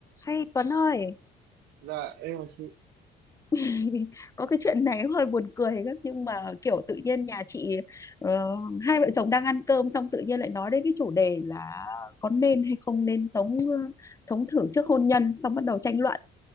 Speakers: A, on the left (about 20°); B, on the right (about 80°).
A: Hay Tuấn ơi,
B: dạ em là chị
A: <laughs> có cái chuyện này hơi buồn cười lắm nhưng mà kiểu tự nhiên nhà chị ờ, hai vợ chồng đang ăn cơm xong tự nhiên lại nói đến cái chủ đề là có nên hay không nên sống ờ, sống thử trước hôn nhân xong bắt đầu tranh luận.